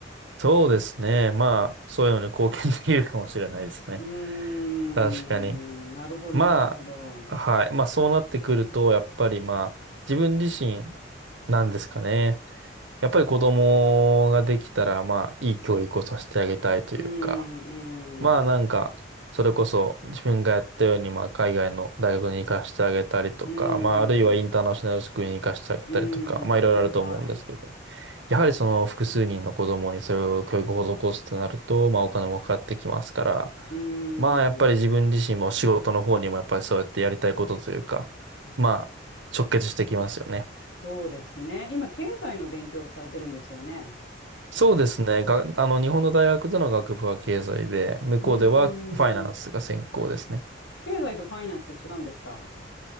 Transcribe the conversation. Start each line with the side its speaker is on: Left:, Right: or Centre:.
Right: そうですね。まあ、そういうのに貢献できるかもしれないですね。
Left: うーん、
Right: 確かに。
Left: なるほど、
Right: まあ、
Left: なるほど。
Right: はい。まあ、そうなってくると、やっぱりまあ、自分自身なんですかね。やっぱり子供ができたら、まあ、いい教育をさせてあげたいというか、
Left: うーん、う
Right: まあなんか、
Left: ーん、
Right: それこそ自分がやったように、まあ海外の大学に行かせてあげたりとか、
Left: うー
Right: まああるいはインターナショナルスクールに行かせてあげたりとか、
Left: ん、うー
Right: まあいろいろあると思うんですけど、
Left: ん、はいはい。う
Right: やはりその複数人の子供にそれを教育を施すとなると、まあお金もかかってきますから、
Left: ーん、
Right: まあやっぱり自分自身も仕事の方にもやっぱりそうやってやりたいことというか、まあ直結してきますよね。
Left: そうですね。今、経済の勉強をされてるんですよね。
Right: そうですね。が、あの、日本の大学での学部は経済で、向こうではファイナンスが専攻ですね。
Left: うーん、経済とファイナンスって違うんですか